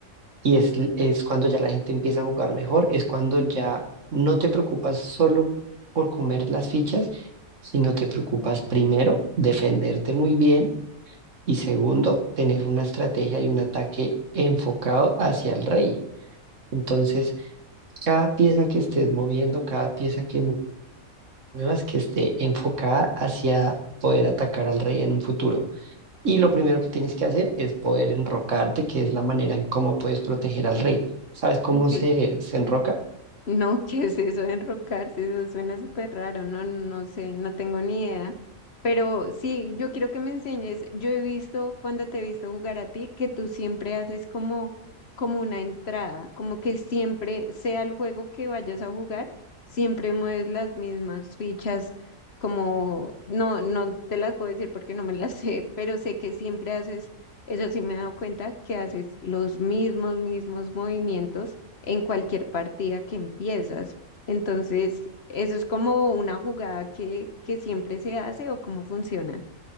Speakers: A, on the right; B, on the left.
A: y es, l- es cuando ya la gente empieza a jugar mejor, es cuando ya no te preocupas solo por comer las fichas, sino te preocupas primero defenderte muy bien y segundo, tener una estrategia y un ataque enfocado hacia el rey. Entonces, cada pieza que estés moviendo, cada pieza que mu- muevas, que esté enfocada hacia poder atacar al rey en un futuro. Y lo primero que tienes que hacer es poder enrocarte, que es la manera en cómo puedes proteger al rey. ¿Sabes cómo
B: que
A: se, se enroca?
B: No, <laughs> ¿qué es eso de enrocarse? Eso suena súper raro, no, no sé, no tengo ni idea. Pero sí, yo quiero que me enseñes. Yo he visto cuando te he visto jugar a ti que tú siempre haces como, como una entrada, como que siempre sea el juego que vayas a jugar, siempre mueves las mismas fichas, como no, no te las puedo decir porque no me las <laughs> sé, pero sé que siempre haces, eso sí me he dado cuenta, que haces los mismos, mismos movimientos en cualquier partida que empiezas. Entonces, eso es como una jugada que, que siempre se hace o cómo funciona.